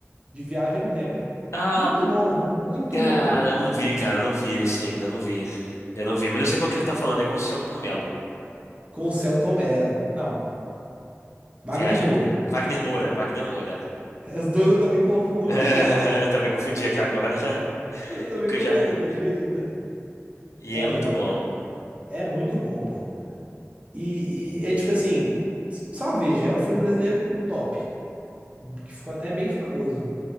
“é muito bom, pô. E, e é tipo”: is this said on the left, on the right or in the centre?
Right